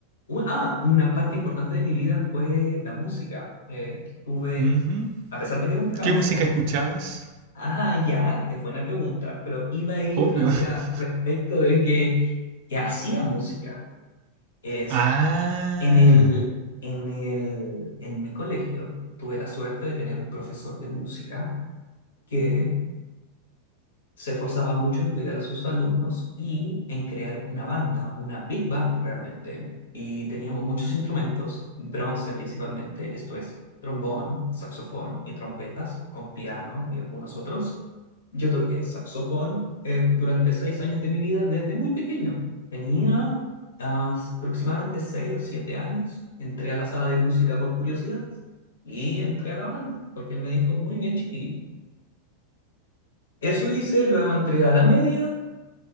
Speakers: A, on the left; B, on the right.
A: Un- ah, una parte importante de mi vida fue la música. Eh, estuve
B: Ujú.
A: a pesar de que era un campo,
B: ¿Qué música escuchabas?
A: ah, ya, es buena pregunta, pero iba a ir
B: Obvio.
A: hacia
B: <laughs>
A: respecto de que, que hacía música. Est-
B: Ah.
A: en el, en el, en mi colegio tuve la suerte de tener un profesor de música que se esforzaba mucho en cuidar a sus alumnos y en crear una banda, una big band realmente. Y teníamos muchos instrumentos, bronce principalmente, esto es trombón, saxofón y trompetas, con piano y algunos otros. Yo toqué saxofón eh, durante seis años de mi vida desde muy pequeño. Tenía ah, aproximadamente seis o siete años. Entré a la sala de música por curiosidad y entré a la banda, porque él me dijo, muy bien, chiquillo. Eso hice, luego entré a la media